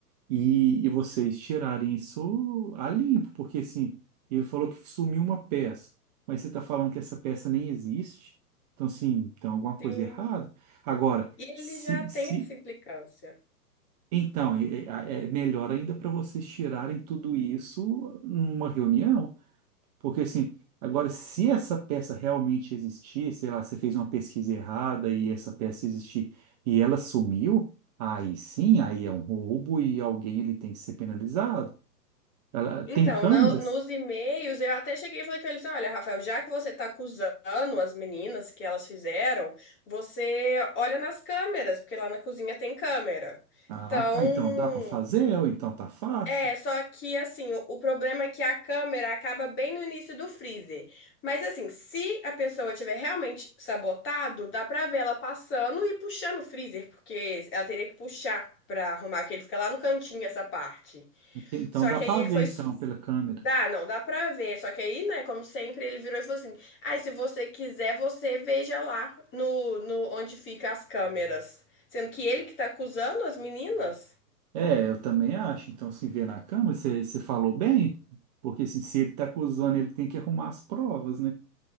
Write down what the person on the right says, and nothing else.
e, e vocês tirarem isso a limpo, porque assim, ele falou que sumiu uma peça, mas você está falando que essa peça nem existe, então assim, tem alguma
coisa errada. Agora,
se,
se
então, é, é- é melhor ainda para vocês tirarem tudo isso numa reunião, porque assim, agora, se essa peça realmente existir, sei lá, você fez uma pesquisa errada e essa peça existir e ela sumiu, aí sim, aí é um roubo e alguém ele tem que ser penalizado. Ela tem
câmeras?
Ah,
tá. Então dá para fazer, ou então tá fácil.
Ente- Então
dá
para
ver
então pela câmera.
É, eu também acho. Então se vê na câmera, você você falou bem, porque assim, se ele tá acusando, ele tem que arrumar as provas, né?